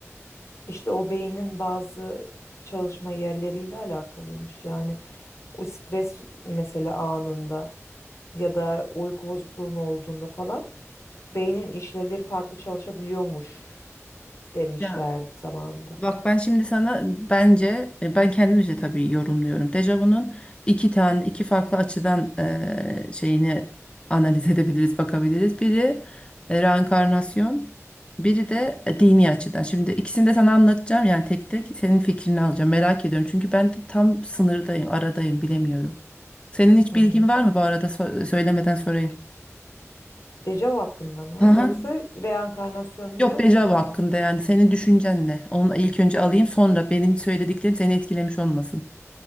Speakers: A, on the left (about 65°); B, on the left (about 20°).
A: İşte o beynin bazı çalışma yerleriyle alakalıymış. Yani O stres mesela anında ya da uyku bozukluğun olduğunda falan beynin işlevleri farklı çalışabiliyormuş demişlerdi
B: Ya
A: zamanında.
B: Bak ben şimdi sana bence e, ben kendimce tabii yorumluyorum. Dejavu'nun iki tane iki farklı açıdan e, şeyini analiz <laughs> edebiliriz, bakabiliriz. Biri e, reenkarnasyon, biri de e, dini açıdan. Şimdi ikisini de sana anlatacağım yani tek tek senin fikrini alacağım. Merak ediyorum çünkü ben de tam sınırdayım, aradayım, bilemiyorum. Senin hiç
A: Hı
B: bilgin
A: hı.
B: var mı bu arada So- söylemeden sorayım.
A: Dejavu hakkında mı
B: Aha.
A: yoksa reenkarnasyon
B: Yok
A: ve
B: dejavu hakkında yani senin düşüncen ne? Onu ilk önce alayım sonra benim söylediklerim seni etkilemiş olmasın.